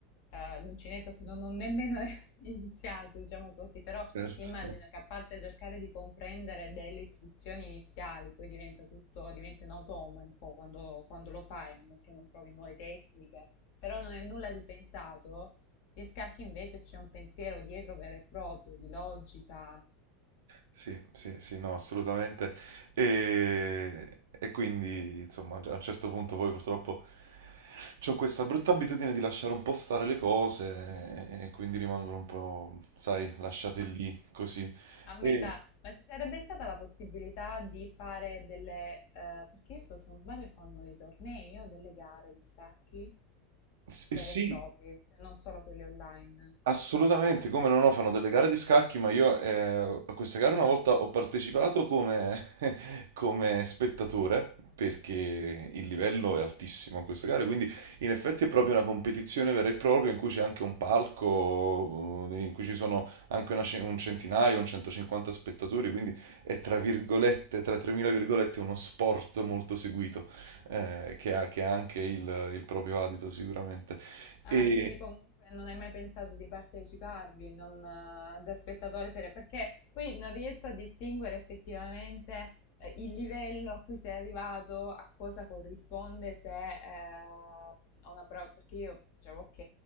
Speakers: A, on the left; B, on the right.
A: eh, l'uncinetto che non ho nemmeno <laughs> iniziato, diciamo così, però
B: certo.
A: Immagino che a parte cercare di comprendere delle istruzioni iniziali, poi diventa tutto, diventi un automa un po' quando, quando lo fai, a meno che non provi nuove tecniche, però non è nulla di pensato. Gli scacchi invece c'è un pensiero dietro vero e proprio, di logica.
B: Sì, sì, sì, no, assolutamente. E, e quindi, insomma, a un certo punto poi purtroppo ho questa brutta abitudine di lasciare un po' stare le cose e, e quindi rimangono un po', sai, lasciate
A: Ma
B: lì, così.
A: a metà,
B: E,
A: ma ci sarebbe stata la possibilità di fare delle, eh, perché io so, se non sbaglio fanno dei tornei o delle gare di scacchi
B: s- e
A: vere
B: sì,
A: e proprie, cioè non solo quelli online.
B: Assolutamente, come no, no, fanno delle gare di scacchi, ma io eh, a questa gara una volta ho partecipato come, <laughs> come spettatore, perché il livello è altissimo a questa gara, quindi in effetti è proprio una competizione vera e propria in cui c'è anche un palco, eh, in cui ci sono anche una ce- un centinaio, un 150 spettatori, quindi è tra virgolette, tra 3000 virgolette, uno sport molto seguito, eh, che ha, che ha anche il il proprio adito sicuramente.
A: Ah,
B: E,
A: quindi comunque non hai mai pensato di parteciparvi, non, eh, da spettatore serio, perché poi non riesco a distinguere effettivamente eh, il livello a cui sei arrivato, a cosa corrisponde se ehm, a una prova, perché io dicevo ok,